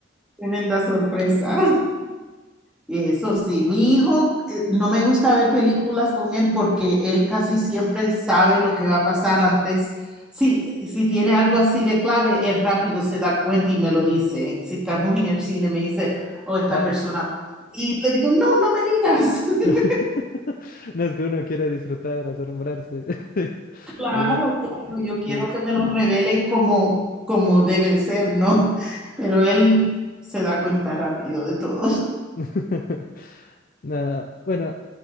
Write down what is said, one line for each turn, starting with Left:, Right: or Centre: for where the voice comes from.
Centre: tremenda sorpresa. Eso sí, mi hijo, eh, no me gusta ver películas con él porque él casi siempre sabe lo que va a pasar antes. Sí, si tiene algo así de clave, él rápido se da cuenta y me lo dice. Si estamos en el cine, me dice, oh, esta
Left: Ah.
Centre: persona. Y le digo, no, no me digas.
Left: <laughs>
Centre: <laughs>
Left: No es que uno quiere disfrutar, asombrarse. <laughs>
Centre: Claro,
Left: Mira,
Centre: claro, yo quiero
Left: sí.
Centre: que me lo revelen como, como debe de ser, ¿no? Pero él se da cuenta rápido de todo.
Left: <laughs> Nah, bueno,